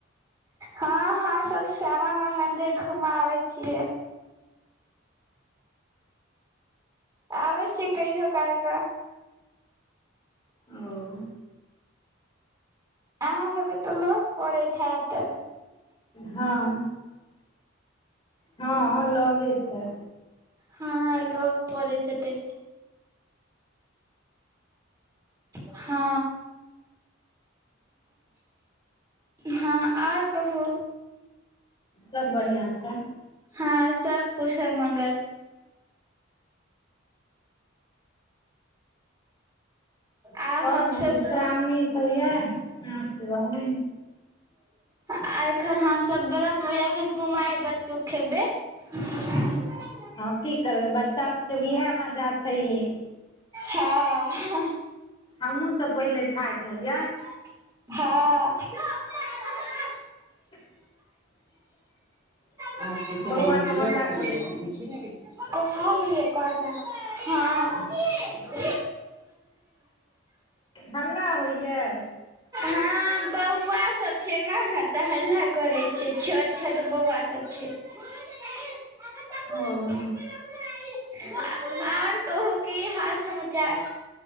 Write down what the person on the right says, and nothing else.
हँ -हमसब श्यामा माइ मंदिर घूमाबै छियै। आबै छी कहिओ काल कऽ।
अहाँ सबके तऽ लऽग पड़ैत हैत।
हँ, लग पडैत हेतय। हँ। ह आर कहु।
हां सब कुशल मंगल। आब
हमसब-
<unintelligible>
आ एख्खन हमसब ब्रह्म पूजा के कुमैर ब-टुक खेबै। <unintelligible>
हँ
हँ।
अहां सब के श्यामा
मन्दिर
लग पडैयैऽ।
देखि ने गे कहलियै। कहलकै हं। हं।
हँऽबौआ सब छै। न हतऽ हल्ला करय छै। छोटछोट बौआसब छै। <unintelligible>
आर-आर कहू कि हाल समाचार?